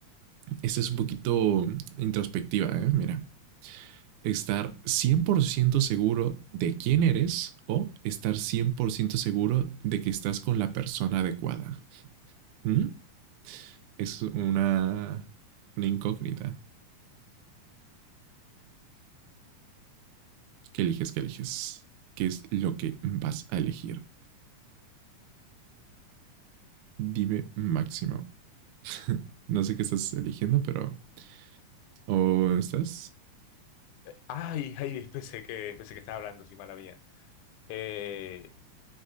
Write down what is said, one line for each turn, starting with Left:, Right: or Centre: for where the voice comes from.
Right: esta es un poquito introspectiva, ¿eh? Mira. estar 100% seguro de quién eres o estar 100% seguro de que estás con la persona adecuada. ¿Mm? Es una, una incógnita. ¿Qué eliges? ¿Qué eliges? ¿Qué es lo que vas a elegir? Dime máximo. <laughs> no sé qué estás eligiendo, pero... ¿O estás?
Left: Ay, ay, pensé que, pensé que estaba hablando, sí, mala mía. Eh,